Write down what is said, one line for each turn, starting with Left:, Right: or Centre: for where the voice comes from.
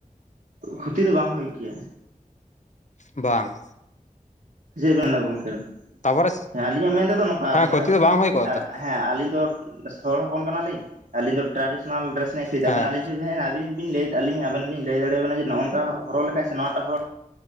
Right: ᱠᱷᱩᱛᱤ ᱫᱚ ᱵᱟᱝ ᱦᱳᱭ ᱠᱮᱭᱟ᱾
Left: ᱵᱟᱝ
Right: ᱪᱮᱫ ᱢᱮᱱ ᱫᱟ ᱜᱚᱝᱠᱮ ᱦᱮᱸ
Left: ᱛᱟᱯᱚᱨᱮ
Right: ᱟᱹᱞᱤᱧᱟᱜ ᱢᱮᱱ ᱛᱮᱫᱚ ᱱᱚᱝᱠᱟ
Left: ᱦᱮᱸ
Right: ᱢᱚᱱᱮ
Left: ᱠᱷᱚᱛᱤ
Right: ᱠᱟᱜ ᱵᱮᱱ
Left: ᱫᱚ ᱵᱟᱝ ᱦᱩᱭ ᱠᱚᱜᱼᱟ
Right: ᱟᱨ
Left: ᱛᱚ
Right: ᱦᱮᱸ ᱟᱹᱞᱤᱧ ᱫᱚ ᱦᱚᱲ ᱦᱚᱯᱚᱱ ᱠᱟᱱᱟᱞᱤᱧ ᱟᱹᱞᱤᱧ ᱫᱚ ᱴᱨᱟᱰᱤᱥᱚᱱᱟᱞ ᱰᱨᱮᱥ ᱞᱤᱧ ᱟᱹᱠᱷᱨᱤᱧᱫᱟ
Left: ᱦᱮᱸ
Right: ᱟᱵᱮᱱ ᱟᱹᱞᱤᱧ ᱴᱷᱮᱱ ᱵᱮᱱ ᱦᱮᱡᱱᱟ ᱟᱹᱵᱤᱱ ᱵᱤᱱ ᱞᱟᱹᱭᱮᱫ ᱟᱹᱞᱤᱧ ᱟᱵᱮᱱᱞᱤᱧ ᱞᱟᱹᱭ ᱫᱟᱲᱮᱭᱟᱵᱮᱱ-ᱟ ᱡᱮ ᱱᱚᱜᱚᱱᱠᱟ ᱦᱚᱨᱚᱜ ᱞᱮᱠᱷᱟᱱ ᱥᱮ ᱱᱚᱣᱟᱴᱟᱜ ᱦᱚᱨᱚᱜ